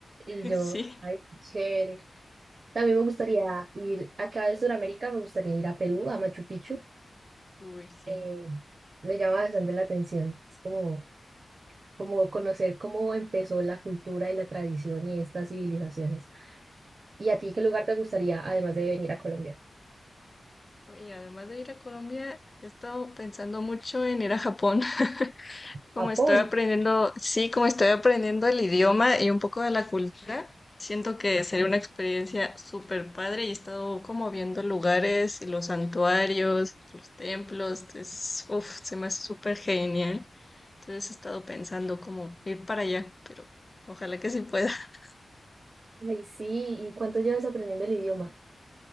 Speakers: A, on the left; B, on the right.
A: <laughs>
B: Y yo,
A: sí.
B: ay, qué chévere. También me gustaría ir, acá de Sudamérica, me gustaría ir a Perú, a Machu Picchu.
A: Uy, sí.
B: eh, me llama bastante la atención. Es como, como conocer cómo empezó la cultura y la tradición y estas civilizaciones. ¿Y a ti qué lugar te gustaría, además de venir a Colombia?
A: Oye, además de ir a Colombia, he estado pensando mucho en ir a Japón. <laughs> Como
B: Japón.
A: estoy aprendiendo, sí, como estoy aprendiendo el idioma y un poco de la cultura, siento que sería una experiencia súper padre y he estado como viendo lugares y los santuarios, los templos, es, uf, se me hace súper genial. Entonces he estado pensando como ir para allá, pero ojalá que sí pueda. <laughs>
B: Ay, sí. ¿Y cuánto llevas aprendiendo el idioma?